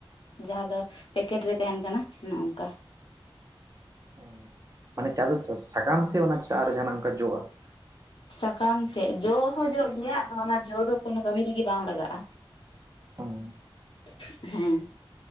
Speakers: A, on the left (about 65°); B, on the right (about 35°).
A: ᱡᱟᱦᱟᱸ ᱫᱚ ᱯᱮᱠᱮᱴ ᱨᱮ ᱛᱟᱦᱮᱱ ᱠᱟᱱᱟ ᱚᱱᱮ ᱚᱝᱠᱟ ᱾
B: ᱚ ᱢᱟᱱᱮ ᱪᱟᱫᱚ ᱪᱟᱥ ᱥᱟᱠᱟᱢ ᱥᱮ ᱚᱱᱟ ᱪᱟ ᱟᱨ ᱡᱟᱦᱱᱟᱜ ᱚᱱᱠᱟ ᱡᱚᱜᱼᱟ ᱾
A: ᱥᱟᱠᱟᱢᱛᱮᱜ ᱡᱚ ᱦᱚᱸ ᱡᱚᱜ ᱜᱮᱭᱟ ᱟᱫᱚ ᱚᱱᱟ ᱡᱚ ᱫᱚ ᱠᱳᱱᱳ ᱠᱟᱹᱢᱤ ᱨᱮᱜᱮ ᱵᱟᱝ ᱞᱟᱜᱟᱜᱼᱟ ᱾
B: <unintelligible>
A: ᱦᱮᱸ ᱾